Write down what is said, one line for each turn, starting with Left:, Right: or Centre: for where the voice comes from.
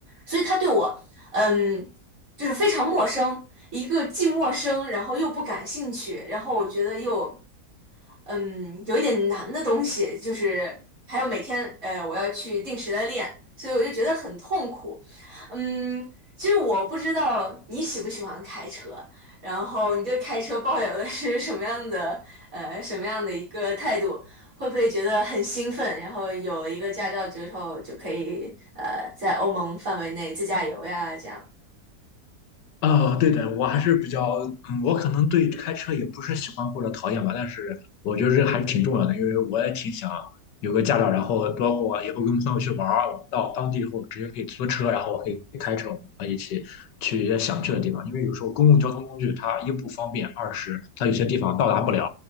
Right: 所以他对我，嗯，就是非常陌生，一个既陌生，然后又不感兴趣，然后我觉得又，嗯，有一点难的东西，就是还有每天，呃，我要去定时的练，所以我就觉得很痛苦。嗯，其实我不知道你喜不喜欢开车，然后你对开车抱有的是什么样的呃什么样的一个态度？会不会觉得很兴奋？然后有了一个驾照之后，就可以呃在欧盟范围内自驾游呀，这样。
Left: 哦，对的，我还是比较，嗯，我可能对开车也不是喜欢或者讨厌吧，但是我觉得这还是挺重要的，因为我也挺想有个驾照，然后包括以后跟朋友去玩儿，我们到当地以后直接可以租车，然后我可以开车，我们可以一起去一些想去的地方，因为有时候公共交通工具它一不方便，二是它有些地方到达不了。